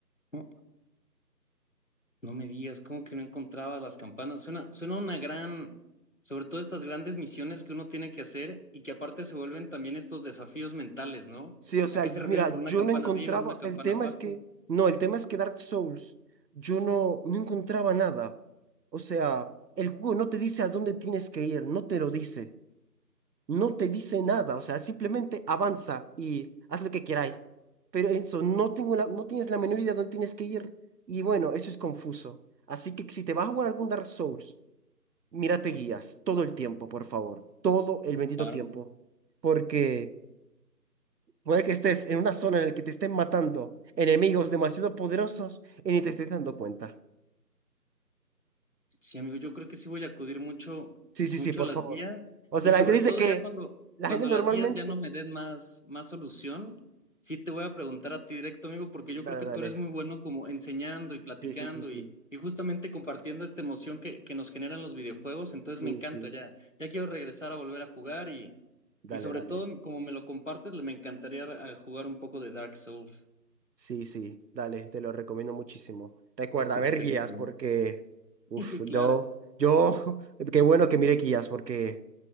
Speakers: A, on the left (about 50°); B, on the right (about 75°).
A: No, no me digas, ¿cómo que no encontrabas las campanas? Suena, suena una gran, sobre todo estas grandes misiones que uno tiene que hacer y que aparte se vuelven también estos desafíos mentales, ¿no?
B: Sí, o sea,
A: ¿A qué se refieren
B: mira,
A: con una
B: yo
A: campana
B: no encontraba,
A: arriba, una campana
B: el tema
A: abajo?
B: es que, no, el tema es que Dark Souls, yo no, no encontraba nada. O sea, el juego no te dice a dónde tienes que ir, no te lo dice, no te dice nada, o sea, simplemente avanza y haz lo que queráis. Pero eso, no tengo la- no tienes la menor idea de dónde tienes que ir y bueno, eso es confuso. Así que si te vas a jugar algún Dark Souls, mírate guías todo el tiempo, por favor, todo el bendito
A: Claro.
B: tiempo, porque... Puede que estés en una zona en la que te estén matando enemigos demasiado poderosos y ni te estés dando cuenta.
A: Sí, amigo, yo creo que sí voy a acudir mucho,
B: Sí, sí,
A: mucho
B: sí, por
A: a las
B: favor.
A: guías
B: O sea,
A: y
B: la
A: sobre
B: gente dice
A: todo
B: que
A: ya cuando,
B: la
A: cuando
B: gente normalmente...
A: las guías ya no me den más, más solución, sí te voy a preguntar a ti directo, amigo, porque yo
B: Dale,
A: creo que
B: dale.
A: tú eres muy bueno como enseñando y platicando
B: Sí, sí, sí, sí.
A: y, y justamente compartiendo esta emoción que, que nos generan los videojuegos, entonces
B: Sí,
A: me encanta,
B: sí.
A: ya, ya quiero regresar a volver a jugar y,
B: Dale,
A: y sobre
B: dale.
A: todo como me lo compartes, me encantaría eh, jugar un poco de Dark Souls.
B: Sí, sí, dale. Te lo recomiendo muchísimo. Recuerda,
A: Perfecto,
B: ver guías
A: amigo.
B: porque...
A: <laughs>
B: Uf,
A: Claro.
B: yo... Yo... <laughs> Qué bueno que mire guías porque...